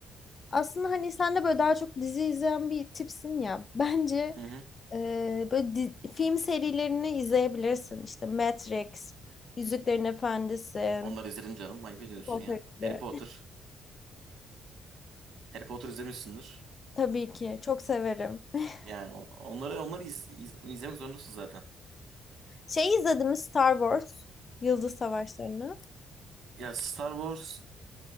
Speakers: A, on the left (about 40°); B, on the right (about 65°).
A: aslında hani sen de böyle daha çok dizi izleyen bir tipsin ya. Bence
B: Hı hı.
A: e, böyle di- film serilerini izleyebilirsin. İşte Matrix, Yüzüklerin Efendisi.
B: Onları izledim canım. Ayıp ediyorsun
A: Çok
B: ya.
A: gibi.
B: Harry Potter. Harry Potter izlemişsindir.
A: Tabii ki. Çok severim. <laughs>
B: Yani o- onları onları iz- iz- izlemek zorundasın zaten.
A: Şey izledim mi Star Wars. Yıldız Savaşları'nı.
B: Ya Star Wars